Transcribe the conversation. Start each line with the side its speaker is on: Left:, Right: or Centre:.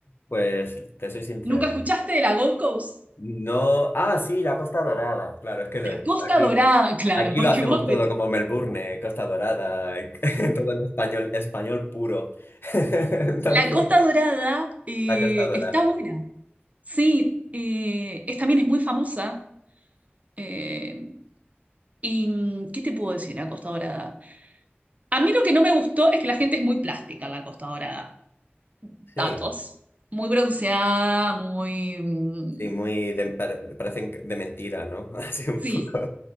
Left: pues te soy sincero.
Right: ¿Nunca escuchaste de la Gold Coast?
Left: No, ah, sí, la Costa Dorada. Claro, es que lo-
Right: La Costa
Left: aquí,
Right: Dorada, <laughs> claro,
Left: aquí
Right: porque
Left: lo hacemos
Right: vos...
Left: todo
Right: me-
Left: como Melbourne, Costa Dorada, <laughs> todo en español, español puro. <laughs> Entonces,
Right: La Costa Dorada eh,
Left: la Costa Dorada,
Right: está buena.
Left: sí.
Right: Sí, eh, es, también es muy famosa. eh, ¿y mm, qué te puedo decir de la Costa Dorada? A mí lo que no me gustó es que la gente es muy plástica en la Costa Dorada.
Left: Sí,
Right: datos. Muy bronceada, muy... mm,
Left: sí, muy de, pare- parecen de mentira, ¿no? <laughs> Así un
Right: Sí,
Left: poco.